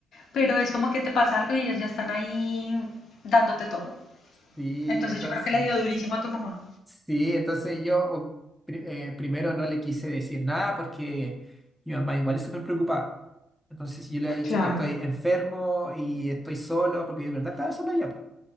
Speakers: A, on the left (about 65°); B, in the centre.
A: pero es como que te pasa algo y ellas ya están ahí dándote todo.
B: Y
A: Entonces
B: entonces,
A: yo creo que le dio durísimo a tu mamá.
B: Sí, entonces yo u- pri- eh, primero no le quise decir nada porque mi mamá igual es súper preocupada. Entonces yo le he dicho
A: Claro.
B: que estoy enfermo y estoy solo, porque yo de verdad estaba solo ya, po,